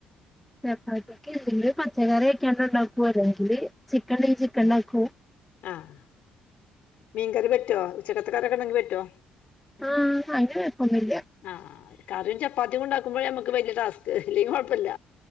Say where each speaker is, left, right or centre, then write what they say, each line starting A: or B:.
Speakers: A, in the centre; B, on the left (about 75°).
A: ചപ്പാത്തിക്ക്‌ എന്തെങ്കിലും പച്ചക്കറി ഓക്കെയാണ്ട് ഉണ്ടാക്കും അല്ലെങ്കില് ചിക്കെണ്ടേങ്കിൽ ചിക്കൻണ്ടാക്കും
B: ആഹ് മീൻകറി പറ്റോ ഉച്ചക്കത്തെ കറിയൊക്കെ ഉണ്ടെങ്കിൽ പറ്റോ
A: ആഹ് അങ്ങനെ കൊയപ്പൊന്നുല്ല
B: ആഹ് കറിയും ചപ്പാത്തിയും ഉണ്ടാക്കുമ്പോഴെ നമ്മക്ക് വലിയ ടാസ്ക് അല്ലെങ്കിൽ കൊഴപ്പല്ല